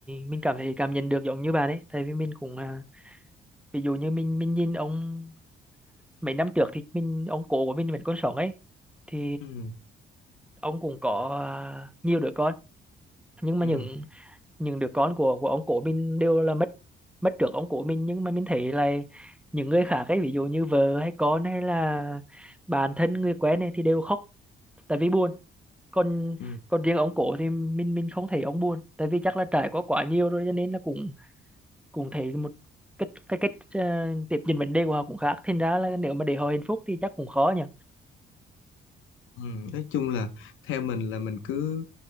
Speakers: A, in the centre; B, on the left.
A: mình cảm thấy cảm nhận được giống như bạn ấy tại vì mình cũng à, ví dụ như mình mình nhìn ông mấy năm trước thì mình ông cố của mình vẫn còn sống ấy thì
B: ừ,
A: ông cũng có à, nhiều đứa con nhưng mà
B: ừ,
A: những những đứa con của của ông cố mình đều là mất mất trước ông cố mình nhưng mà mình thấy là những người khác ấy ví dụ như vợ hay con hay là bạn thân người quen này thì đều khóc tại vì buồn còn
B: ừ,
A: còn riêng ông cổ thì mình mình không thấy ông buồn tại vì chắc là trải qua quá nhiều rồi cho nên là cũng cũng thấy một cái cái cách ờ, tiếp nhận vấn đề của họ cũng khác thành ra là nếu mà để họ hạnh phúc thì chắc cũng khó nhỉ
B: ừ. nói chung là theo mình là mình cứ